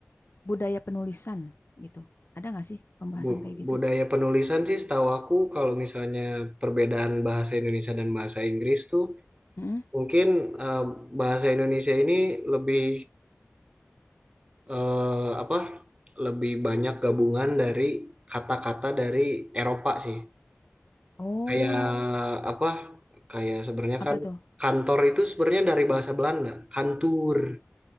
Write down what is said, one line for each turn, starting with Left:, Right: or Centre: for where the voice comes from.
Left: budaya penulisan gitu. Ada nggak sih pembahasan
Right: Bu-
Left: kayak gitu?
Right: budaya penulisan sih setahu aku kalau misalnya perbedaan bahasa Indonesia dan bahasa Inggris tuh
Left: Mm-mm,
Right: mungkin eh, bahasa Indonesia ini lebih eh, apa lebih banyak gabungan dari kata-kata dari Eropa sih
Left: Oh,
Right: kayak apa kayak sebenarnya
Left: apa
Right: kan
Left: tuh?
Right: kantor itu sebenarnya dari bahasa Belanda kantur